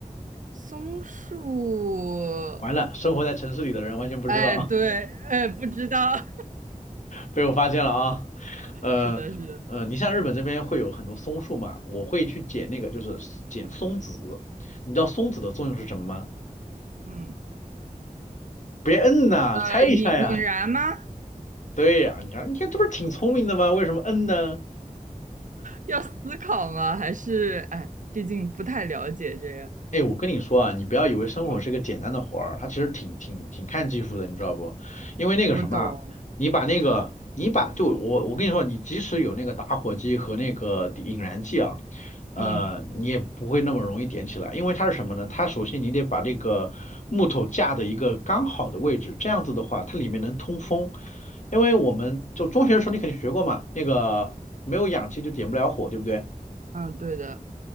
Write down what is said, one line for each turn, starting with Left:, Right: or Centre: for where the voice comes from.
Right: 松树，
Left: 完了，生活在城市里的人完全不知道。
Right: 哎，对，哎，不知道，<laughs>
Left: 被我发现了啊，呃呃，
Right: 是的，是的，
Left: 你像日本这边会有很多松树嘛，我会去捡那个，就是捡松子。你知道松子的作用是什么吗？
Right: 嗯，
Left: 别摁呐，
Right: 呃，
Left: 猜一下呀。
Right: 引引燃吗？
Left: 对呀，你看你看，这不是挺聪明的吗？为什么摁呢？
Right: 要思考吗？还是哎，毕竟不太了解这个。
Left: 哎，我跟你说啊，你不要以为生活是个简单的活儿，
Right: 嗯，
Left: 它其实挺挺挺看技术的，你知道不？因为那个什么啊，
Right: 我懂，
Left: 你把那个，你把就我我跟你说，你即使有那个打火机和那个引燃剂啊，呃，
Right: 嗯
Left: 你也不会那么容易点起来，因为它是什么呢？它首先你得把这个木头架的一个刚好的位置，这样子的话，它里面能通风，因为我们就中学的时候你肯定学过嘛，那个没有氧气就点不了火，对不对？
Right: 嗯，对的。